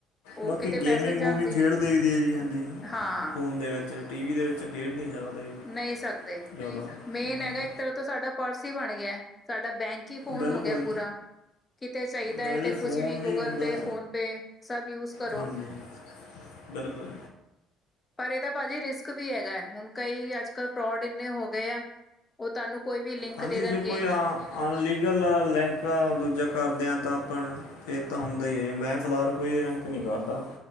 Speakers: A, on the left; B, on the left.
A: ਉਹ
B: ਬਾਕੀ
A: ਕਿਤੇ
B: ਗੇਮਿੰਗ
A: ਪੈਸੇ ਜਾਂਦੀ
B: ਗੂਮਿੰਗ ਖੇਡਦੇ ਹੀ ਦੀ ਹੈ ਜੀ ਹਾਂਜੀ
A: ਹਾਂ
B: ਫ਼ੋਨ ਦੇ ਵਿੱਚ ਟੀ ਵੀ ਦੇ ਵਿੱਚ ਖੇਡ ਨਹੀਂ ਸਕਦੇ
A: ਨਹੀਂ ਸਕਦੇ
B: ਜ਼ਿਆਦਾ ਹਮ,
A: ਮੇਨ ਹੈਗਾ, ਇੱਕ ਤਰ੍ਹਾਂ ਤੋਂ ਸਾਡਾ ਪਰਸ ਈ ਬਣ ਗਿਆ ਸਾਡਾ ਬੈਂਕ ਕੀ ਫੋਨ
B: ਬਿਲਕੁਲ
A: ਹੋ ਗਿਆ ਪੂਰਾ ਕਿਤੇ ਚਾਹੀਦਾ
B: ਵੈਸੇ
A: ਹੈ, ਅਤੇ ਕੁਛ
B: ਫੋਨ
A: ਵੀ ਗੂਗਲ
B: ਨਹੀਂ ਹੁੰਦਾ
A: ਪੇ ਫੋਨ ਪੇ ਸਭ ਯੂਜ ਕਰੋ
B: ਹਾਂਜੀ ਬਿਲਕੁਲ
A: ਪਰ ਇਹਦਾ ਭਾਜੀ ਰਿਸਕ ਵੀ ਹੈਗਾ, ਹੁਣ ਕਈ ਅੱਜ-ਕੱਲ੍ਹ ਫਰੋਡ ਇੰਨੇ ਹੋ ਗਏ ਆ ਉਹ ਤੁਹਾਨੂੰ ਕੋਈ ਵੀ ਲਿੰਕ
B: ਹਾਂਜੀ
A: ਦੇ ਦੇਣਗੇ
B: ਜੇ ਕੋਈ ਅਨਲੀਗਲ ਲੈਂਕ ਦੂਜਾ ਕਰਦਿਆਂ ਤਾਂ ਆਪਾਂ ਇਹ ਤਾਂ ਹੁੰਦਾ ਹੀ ਹੈੇ, ਮੈਂ ਫਿਲਹਾਲ ਕੋਈ ਲਿਂਕ ਨੀ ਕਰਦਾ